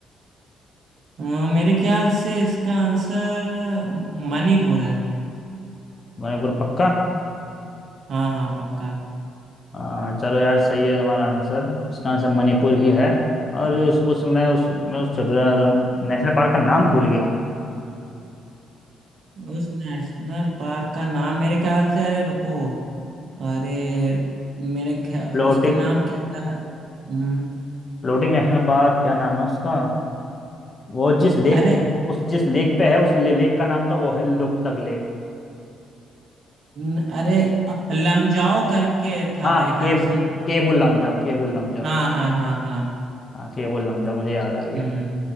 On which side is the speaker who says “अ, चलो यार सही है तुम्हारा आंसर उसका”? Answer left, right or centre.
Left